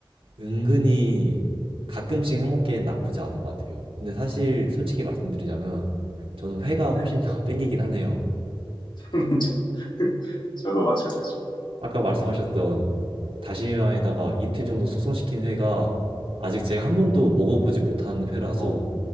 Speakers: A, on the right; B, on the left.
A: 은근히 가끔씩 해먹기엔 나쁘지 않은 것 같아요. 근데 사실
B: 어,
A: 솔직히 말씀드리자면 저는 회가
B: 네.
A: 훨씬 더 <laughs> 땡기긴 하네요.
B: <laughs> 저도 마찬가지입니다.
A: 아까 말씀하셨던 다시마에다가
B: 네.
A: 이틀 정도 숙성시킨 회가 아직 제가 한 번도 먹어보지 못한 회라서
B: 어,